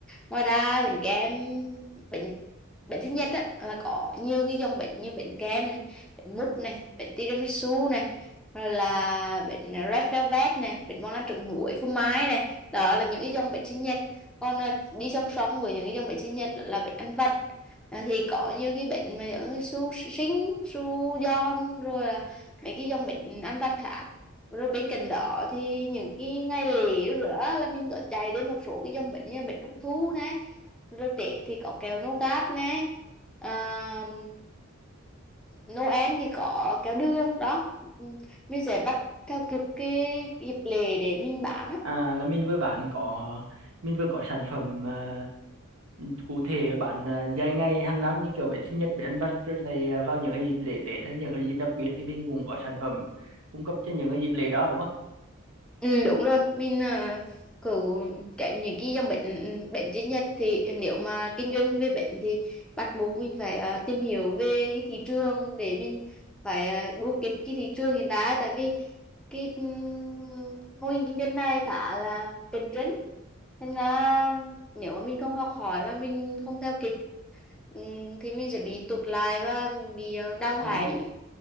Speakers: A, in the centre; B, on the right (about 75°).
A: ngoài ra bánh kem bánh bánh sinh nhật á là có nhiều cái dòng bánh như bánh kem này bánh mút này bánh tiramisu này rồi là bánh red velvet này bánh bông lan trứng muối phô mai này đó là những cái dòng bánh sinh nhật còn à, đi song song với những cái dòng bánh sinh nhật là bánh ăn vặt à, thì có như cái bệnh mà những cái su sinh su giòn rồi là mấy cái dòng bệnh ăn vặt khác rồi bên cạnh đó thì những cái ngày lễ rửa là mình có chạy đến một số cái dòng bệnh như bệnh trung thu nè rồi Tết thì có kẹo nougat nè à, Noel thì có kẹo đường đó mình sẽ bắt theo kịp cái dịp lễ để mình bán á
B: À là mình vừa bán có mình vừa có sản phẩm à, cụ thể bán à, dài ngày hàng năm như kiểu bánh sinh nhật, bánh ăn vặt rồi lại à, vào những cái dịp lễ Tết hay những cái dịp đặc biệt thì mình cũng có sản phẩm cung cấp cho những cái dịp lễ đó đúng không?
A: Ừ, đúng rồi mình uh, cứ tránh những cái dòng bệnh bệnh duy nhất thì nếu mà kinh doanh về bệnh thì bắt buộc mình phải ờ, tìm hiểu về cái thị trường để mình phải uh, đua kịp cái thị trường hiện tại tại vì cái ừm, mô hình kinh doanh này khá là cạnh tranh nên là nếu mà mình không học hỏi và mình không theo kịp ừm, thì mình sẽ bị tụt lại và bị ờ, đào
B: Ờ.
A: thải